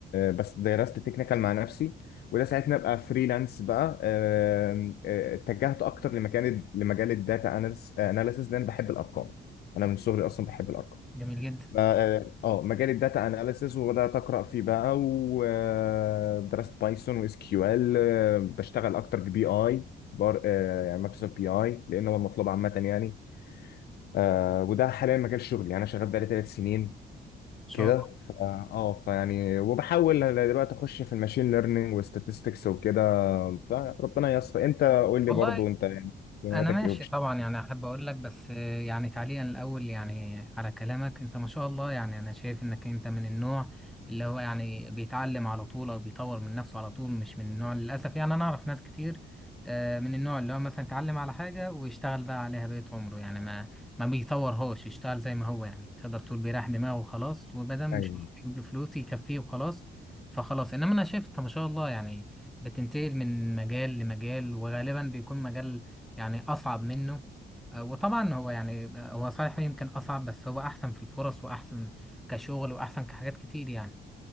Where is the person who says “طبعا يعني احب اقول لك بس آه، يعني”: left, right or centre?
Centre